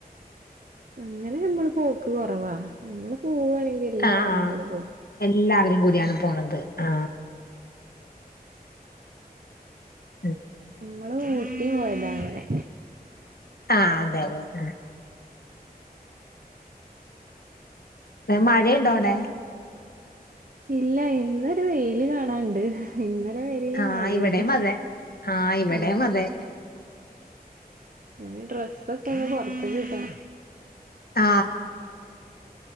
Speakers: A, on the right; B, on the left.
A: അങ്ങനെ നമ്മള് പോക്ക് കൊറവാ നമ്മള് പോവാ ണെങ്കി എല്ലാരും
B: ആ ആ
A: കൂടെ പോവും
B: എല്ലാവരും കൂടിയാണ് പോണത് ആ ഉം
A: ങ്ങള് ഊട്ടി പോയതാ അങ്ങനെ
B: ആ അതെ അതെ ഉം മയേ ണ്ടോ അവടെ
A: ഇല്ല ഇന്നൊരു വെയില് കാണാണ്ട് ഇന്ന് ന്നലെ വരെ
B: ആ
A: മഴേന്നു
B: ഇവിടെയും അതെ ആ ഇവിടെയും
A: മ്
B: അതെ
A: ഞ്ഞ് ഡ്രസ്സൊക്കെ ന്ന് പുറത്ത് ക് ട്ടാ
B: ആ